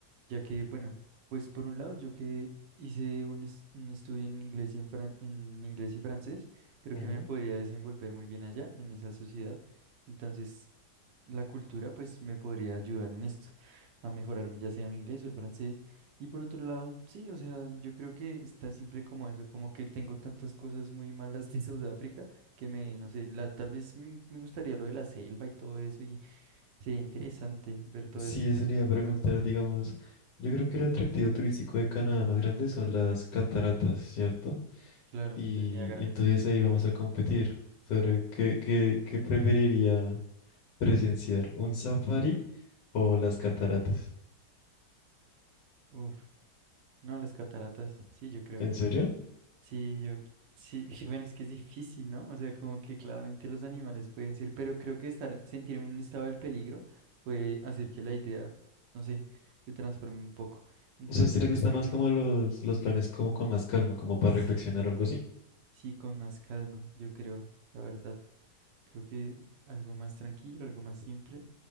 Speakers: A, on the right; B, on the left.
A: ya que, bueno, pues por un lado, yo que hice un, es- un estudio en inglés y en, fran- en inglés y francés, creo
B: Ujú.
A: que me podría desenvolver muy bien allá, en esa sociedad. Entonces, la cultura, pues, me podría ayudar en esto, a mejorarme, ya sea mi inglés o el francés. Y por otro lado, sí, o sea, yo creo que es tan simple como eso, como que tengo tantas cosas muy malas de Sudáfrica que me, no sé, la, tal vez me, me gustaría lo de la selva y todo eso, y sería interesante ver todo
B: Sí,
A: ese
B: eso
A: aspecto,
B: le iba a preguntar, digamos, yo creo que el atractivo turístico de Canadá más grande son las cataratas, ¿cierto?
A: claro,
B: Y
A: del Niágara.
B: entonces ahí vamos a competir sobre qué, qué, qué preferiría presenciar un safari o las cataratas.
A: Uf, no, las cataratas, sí, yo creo.
B: ¿En serio?
A: Sí, yo, sí, <laughs> sí, bueno, es que es difícil, ¿no? O sea, como que claramente los animales pueden ser, pero creo que estar, sentirme en un estado del peligro puede hacer que la idea, no sé, se transforme un poco. Entonces,
B: O sea, ¿a usted
A: pues,
B: le gusta
A: yo creo
B: más
A: que
B: como los, los planes como con más calma, como para
A: sí,
B: reflexionar o algo así?
A: sí, con más calma, yo creo, la verdad. Creo que algo más tranquilo, algo más simple.